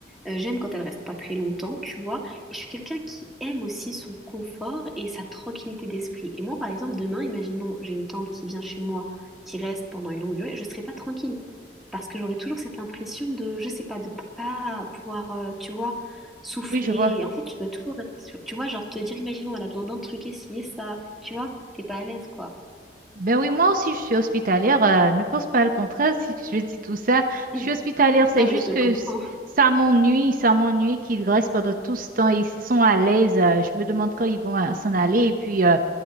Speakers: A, in the centre; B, on the right.
A: Euh, j'aime quand elles restent pas très longtemps, tu vois. Et je suis quelqu'un qui aime aussi son confort et sa tranquillité d'esprit. Et moi, par exemple, demain, imaginons, j'ai une tante qui vient chez moi, qui reste pendant une longue durée, je serai pas tranquille parce que j'aurais toujours cette impression de, je sais pas, de pas pouvoir, euh, tu vois, souffler.
B: Oui, je vois.
A: Et en fait, tu dois toujours, rester sur- tu vois, genre te dire, imaginons, elle a besoin d'un truc, essayer ça, tu vois, t'es pas à l'aise, quoi. <clears throat>
B: Ben oui, moi aussi, je suis hospitalière. euh, ne pense pas le contraire si je dis tout ça. Je
A: Mm.
B: suis hospitalière, c'est
A: Non,
B: juste
A: mais je te
B: que
A: comprends.
B: s- ça m'ennuie, ça m'ennuie qu'ils restent pendant tout ce temps. Ils sont à l'aise. euh, je me demande quand ils vont euh, s'en aller. Et puis, euh,